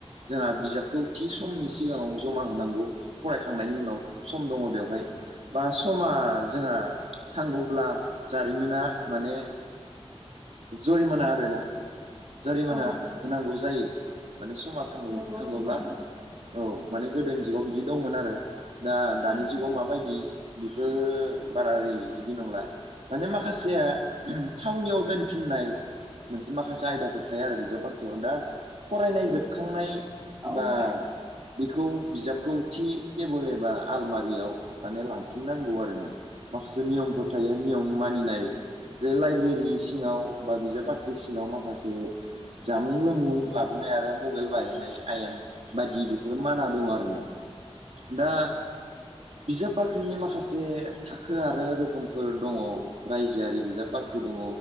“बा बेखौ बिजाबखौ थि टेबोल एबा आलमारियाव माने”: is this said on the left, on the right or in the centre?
Right